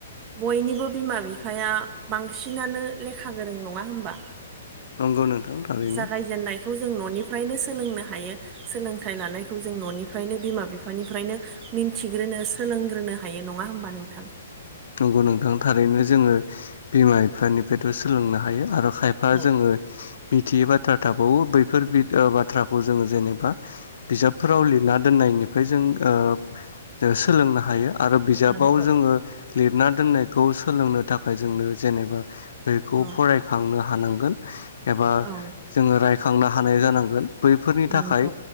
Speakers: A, on the right; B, on the left.
A: बयनिबो बिमा बिफाया बांसिनानो लेखा गोरों नङा होमबा
B: नंगौ नोंथां थारैनो
A: जागायजेननायखौ जों जों न'निफ्रायनो सोलोंनो हायो सोलोंथाइ लानायखौ जों न'निफ्रायनो बिमा बिफानिफ्रायनो मि मिथिग्रोनो सोलोंग्रोनो हायो नङा होमबा नोंथां।
B: नंगौ नोंथां थारैनो जोंङो बिमा बिफानिफायथ' सोलोंनो हायो आरो। खायफा
A: औ
B: जोंङो। थियै बाथ्रा थाबावो बैफोर बिद ओ बाथ्राखौ जोंङो जेनेबा बिजाबफोराव लिरना दोननायनि खो जों ओब सोलोंनो हायो। आरो बिजाबाव
A: नंगौ
B: जोंङो लिरना दोननायखौ सोलोंनो थाखाय जोंनो जेनेबा बेखौ
A: औ
B: फरायखांनो हानांगोन एबा
A: औ
B: जोंङो रायखांनो हानाय जानांगोन। बैफोरनि
A: नंगौ
B: थाखाय